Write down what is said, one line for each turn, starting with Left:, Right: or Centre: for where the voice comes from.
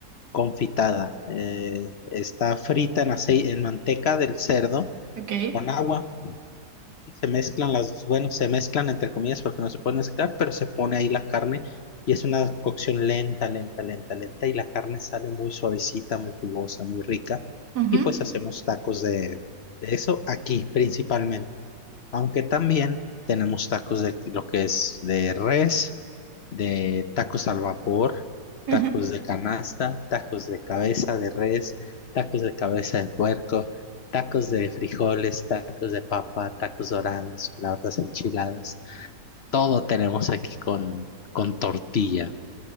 Left: confitada. Eh, está frita en aceite, en manteca del cerdo
Right: Ok.
Left: con agua. y Se mezclan las, bueno, se mezclan entre comillas porque no se puede mezclar, pero se pone ahí la carne y es una cocción lenta, lenta, lenta, lenta y la carne sale muy suavecita, muy jugosa, muy rica.
Right: Ujú.
Left: Y pues hacemos tacos de, de eso aquí principalmente. Aunque también tenemos tacos de lo que es de res, de tacos al vapor,
Right: Ujú.
Left: tacos de canasta, tacos de cabeza de res, tacos de cabeza de puerco, tacos de frijoles, tacos de papa, tacos dorados, flautas enchiladas. Todo tenemos aquí con, con tortilla.